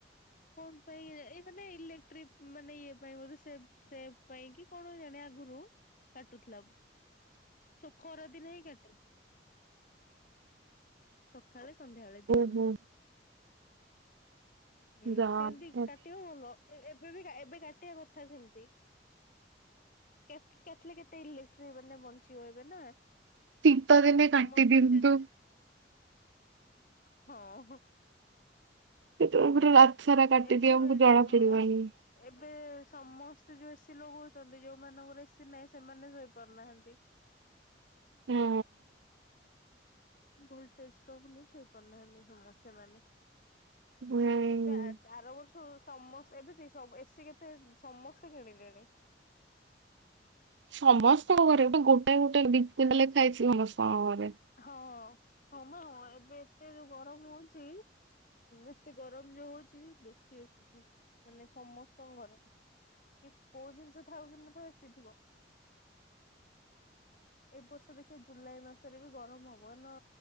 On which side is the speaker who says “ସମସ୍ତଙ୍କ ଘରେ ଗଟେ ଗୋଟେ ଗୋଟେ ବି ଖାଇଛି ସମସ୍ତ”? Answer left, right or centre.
Right